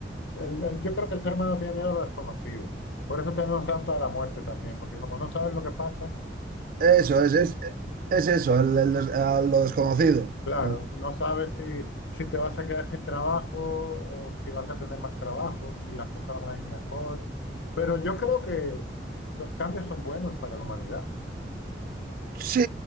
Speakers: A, on the left; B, on the right.
A: el- el- yo creo que el ser humano tiene miedo a lo desconocido. Por eso tenemos tanto a la muerte también, porque como no sabes lo que pasa,
B: Eso es, es, es eso, el- el des- a lo desconocido.
A: Claro,
B: Mm.
A: no sabes si, si te vas a quedar sin trabajo o si vas a tener más trabajo, si las cosas van a ir mejor. Pero yo creo que los cambios son buenos para la humanidad.
B: Sí,